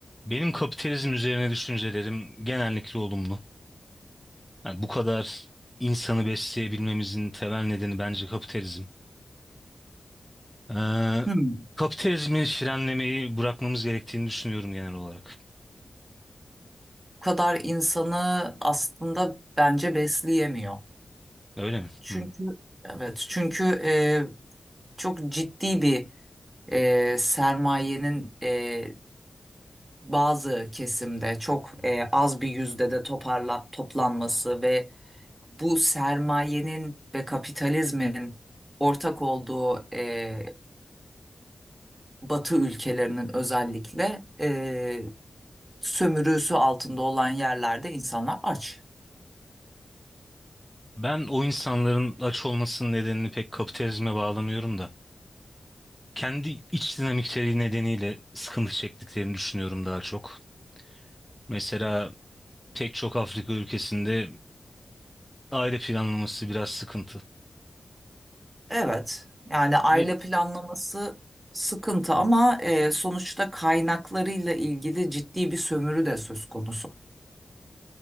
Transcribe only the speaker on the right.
Hmm.
Bu kadar insanı aslında bence besleyemiyor.
Çünkü
evet çünkü e, çok ciddi bir e, sermayenin e, bazı kesimde çok e, az bir yüzde de toparla, toplanması ve bu sermayenin ve kapitalizmin ortak olduğu e, Batı ülkelerinin özellikle e, sömürüsü altında olan yerlerde insanlar aç.
Evet, yani aile
planlaması sıkıntı ama e, sonuçta kaynaklarıyla ilgili ciddi bir sömürü de söz konusu.